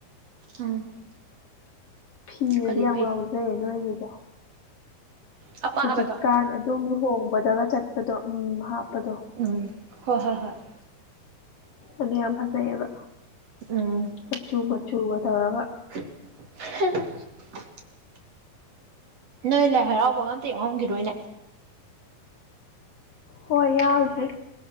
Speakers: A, on the right (about 45°); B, on the left (about 50°).
A: ꯎꯝ꯫
B: ꯐꯤꯗꯨꯗꯤ
A: ꯀꯔꯤ
B: ꯌꯥꯝ
A: ꯐꯤ
B: ꯉꯥꯎꯖꯩꯌꯦ ꯅꯣꯏꯒꯤꯗꯣ꯫
A: ꯑꯄꯥꯕꯗꯣ
B: ꯍꯧꯖꯤꯛꯀꯥꯟ ꯑꯗꯨꯝ ꯂꯨꯍꯣꯡꯕꯗꯒ ꯆꯠꯄꯗꯣ ꯎꯝ ꯍꯥꯞꯄꯗꯣ꯫
A: ꯎꯝ ꯍꯣꯏ ꯍꯣꯏ ꯍꯣꯏ꯫ <inaudible>
B: ꯑꯗꯨ ꯌꯥꯝ ꯐꯖꯩꯌꯦꯕ꯫
A: ꯎꯝ
B: ꯃꯆꯨ ꯃꯆꯨꯒ ꯇꯥꯒ
A: <unintelligible> ꯅꯣꯏ ꯂꯥꯏ ꯍꯔꯥꯎꯕꯒ ꯑꯝꯇ ꯌꯥꯎꯔꯝꯈꯤꯗꯣꯏꯅꯦ
B: ꯍꯣꯏ ꯌꯥꯎꯗ꯭ꯔꯔꯤ